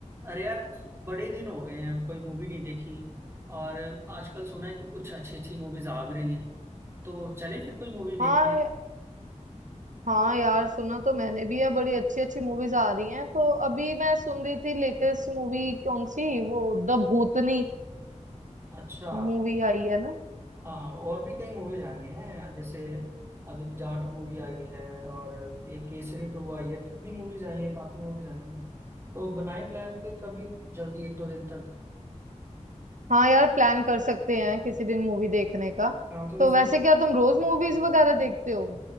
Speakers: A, on the right; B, on the right.
A: अरे यार बड़े दिन हो गए हैं कोई मूवी नहीं देखी और आजकल सुना है कि कुछ अच्छी अच्छी मूवीज आ भी रही हैं तो चले फिर कोई मूवी देखने
B: हाँ हाँ यार सुना तो मैंने भी है बड़ी अच्छी अच्छी मूवीज आ रही हैं तो अभी मैं सुन रही थी लेटेस्ट मूवी कौन सी वो द भूतनी
A: अच्छा
B: मूवी आई है ना
A: हाँ हाँ और भी कई मूवीज आई हैं जैसे अभी जाट मूवी आई है और एक केसरी टू आई है कितनी मूवीज आई हैं काफी मूवीज आई हैं तो बनाए प्लान फिर कभी जल्दी एक दो दिन तक
B: हाँ यार प्लान कर सकते हैं किसी दिन मूवी देखने का
A: हाँ तो
B: तो
A: इस
B: वैसे
A: वीक
B: क्या तुम रोज मूवीज वगैरह देखते हो